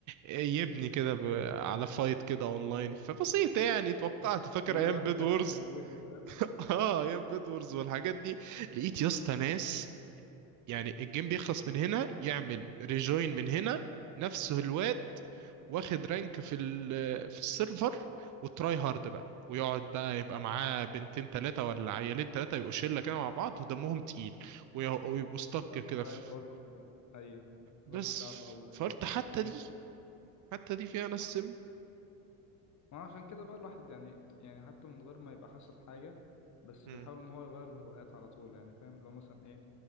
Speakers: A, on the right (about 45°); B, on the left (about 40°).
A: يبني كده ب- على فايت كده اونلاين فبسيط يعني
B: <laughs>
A: توقعت فاكر
B: هنا
A: ايام
B: واحد
A: بيد
B: داخل
A: وورز
B: بموته فاهم
A: <laughs> اه ايام بيد وورز والحاجات دي لقيت يا اسطى ناس يعني الجيم بيخلص من هنا يعمل ريجوين من هنا نفس الواد واخد رانك في ال- في السيرفر وتراي هارد بقى ويقعد بقى يبقى معاه بنتين تلاتة ولا عيالين تلاتة يبقوا شلة كده مع بعض ودمهم تقيل وي- ويبقوا استك
B: يقعدوا
A: كده
B: بقى
A: في
B: يبوظوا ال- ايوه يبوظوا
A: بس
B: اللعبه او او
A: فقلت حتى
B: الموت
A: دي حتى دي فيها ناس سم
B: ما عشان كده بقى الواحد يعني يعني حتى من غير ما يبقى حصل حاجه بس
A: مم.
B: بيحاول ان هو يغير الهوايات على طول يعني فاهم اللي هو مثلا ايه